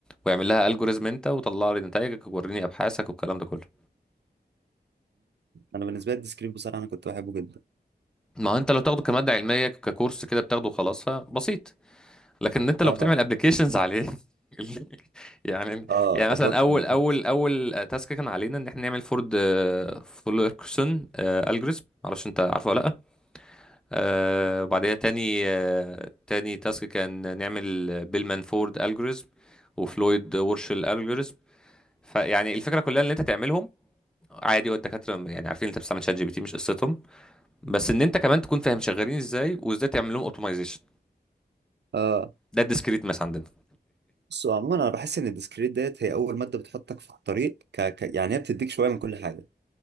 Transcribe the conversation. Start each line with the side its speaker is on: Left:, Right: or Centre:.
Centre: ويعمل لها الجوريزم انت وطلع لي نتائجك ووريني ابحاثك والكلام ده كله
Right: انا بالنسبه لي الديسكريت بصراحه انا كنت بحبه جدا
Centre: ما هو انت لو تاخده كماده علميه ككورس كده بتاخده وخلاص فبسيط لكن انت لو
Right: اه
Centre: بتعمل ابلكيشنز عليه <laughs> يعني
Right: اه
Centre: يعني مثلا
Right: اتوقع
Centre: اول
Right: إن-
Centre: اول اول تاسك كان علينا ان احنا نعمل فورد فولكرسون الجوريزم معرفش انت عارفه ولا لا آه وبعدها تاني آه تاني تاسك كان نعمل بيلمان فورد الجوريزم وفلويد وورشل الجوريزم فيعني الفكره كلها ان انت تعملهم عادي والدكاتره يعني عارفين انت بتستعمل شات جي بي تي مش قصتهم بس ان انت كمان تكون فاهم شغالين ازاي وازاي تعمل لهم اوتومايزيشن
Right: اه
Centre: ده الديسكريت ماس عندنا
Right: بص هو عموما انا بحس ان الديسكريت ديت هي اول ماده بتحطك في الطريق ك... ك... يعني هي بتديك شويه من كل حاجه